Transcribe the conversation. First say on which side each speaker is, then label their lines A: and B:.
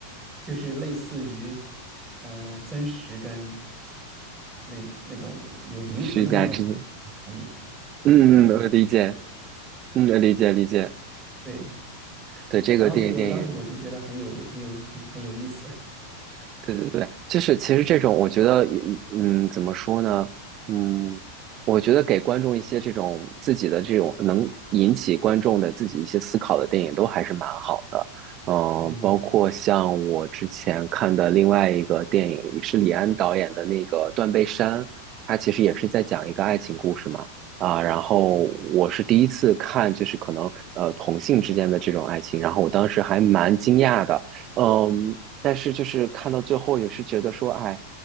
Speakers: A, on the right; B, on the right.
A: 就是类似于，呃，真实跟那那种有灵魂的那种
B: 虚假之，
A: 场景，
B: 嗯嗯，
A: 不知道怎么去
B: 我理解，嗯，理解理解。
A: 对。
B: 对，这个电影电影
A: 然后就当时我就觉得很有很有很很有意思，
B: 对对对，就是其实这种，我觉得，嗯，怎么说呢？嗯，我觉得给观众一些这种自己的这种能引起观众的自己一些思考的电影，都还是蛮好的。嗯，
A: <laughs> 嗯
B: 包括像我之前看的另外一个电影，也是李安导演的那个《断背山》，他其实也是在讲一个爱情故事嘛。啊，然后我是第一次看，
A: 嗯
B: 就是可能呃同性之间的这种爱情，然后我当时还蛮惊讶的。嗯，但是就是看到最后也是觉得说，哎，